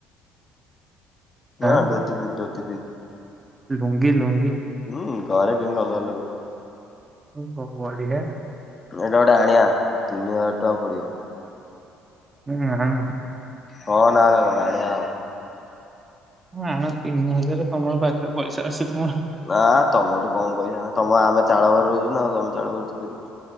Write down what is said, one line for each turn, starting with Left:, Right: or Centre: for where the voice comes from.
Left: ହଁ
Right: ଆଁ
Left: ଧୋତି ପିନ୍ଧୁ <inaudible>
Right: ଲୁଙ୍ଗି ଲୁଙ୍ଗି
Left: ହୁଁ ଘରେ ପିନ୍ଧିଲେ ଅଲଗା ଲାଗେ।
Right: ଓ ହ ବଢିଆ
Left: ଏଇଟା ଗୋଟେ ଆଣିବା ତିନି ହଜାର ଟଙ୍କା ପଡିବ।
Right: ହୁଁ ହଁ।
Left: ହଁ ନା ନା କଣ ଆଣିବା ଆଉ?
Right: ହଁ ଆଣ ତିନି ହ <unintelligible> <inaudible>
Left: ନା ତମଠୁ କଣ ପଇସା ନାହିଁ ତମ ଆମେ ଚାଳ ଘରେ ରହୁଛୁ ନା ତମେ <unintelligible> ରହୁଛ।